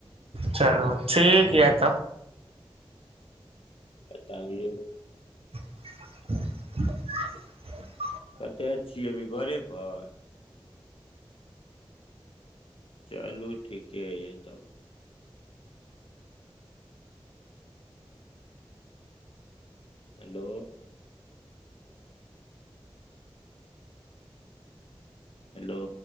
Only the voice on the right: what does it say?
चलू ठीक य तब।
<unintelligible>